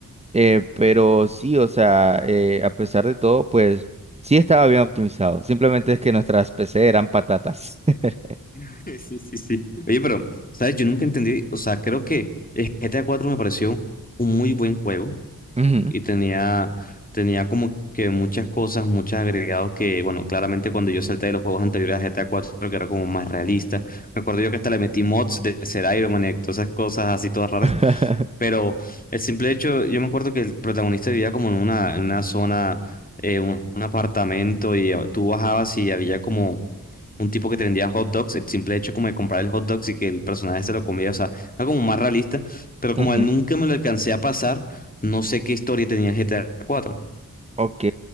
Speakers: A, on the right; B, on the left.
A: eh, pero sí, o sea, eh, a pesar de todo, pues sí estaba bien optimizado, simplemente es que nuestras PC eran patatas. <laughs>
B: <laughs> Sí, sí, sí. Oye, pero, ¿sabes? Yo nunca entendí, o sea, creo que el GTA 4 me pareció un muy buen juego
A: Ujú.
B: y tenía, tenía como que muchas cosas, muchos agregados que, bueno, claramente cuando yo salté de los juegos anteriores a GTA 4, que era como más realista, me acuerdo yo que hasta le metí mods de ser Iron Man y todas esas cosas así todas raras,
A: <laughs>
B: pero el simple hecho, yo me acuerdo que el protagonista vivía como en una, en una zona, eh, un, un apartamento y eh, tú bajabas y había como un tipo que te vendía hot dogs, el simple hecho como de comprar el hot dogs y que el personaje se lo comía, o sea, era como más realista, pero como
A: Ujú,
B: él nunca me lo alcancé a pasar, no sé qué historia tenía el G T A cuatro
A: Ok,